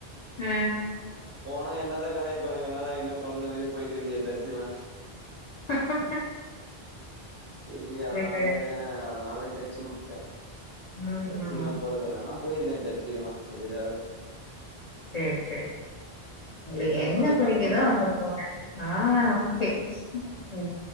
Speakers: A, on the left; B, on the right.
A: ஆ
B: போனா என்ன தா கலாய்ப்பாங்க இவ என்னடா இன்னு கொழ்ந்த மாரி போயிட்டு இருக்கே சர்ச்ச எல்லா
A: அஹ் ஆஹ்
B: சரி அதனால
A: சேரி
B: அதனால டச்சு உட்டே
A: ம்
B: சச்சுக்கல்லா போறதல்ல ஆனா போயிருக்கே சர்ச்சுக்குலா நெறைய தடவோ
A: சேரி சேரி உங்களுக்
B: செரி கட்
A: எங்க
B: பண்ட்டு
A: புடிக்குதோ
B: கால் பண்ட்டுமா
A: அங்க போங்க ஆ ஓகே
B: ம்
A: ம்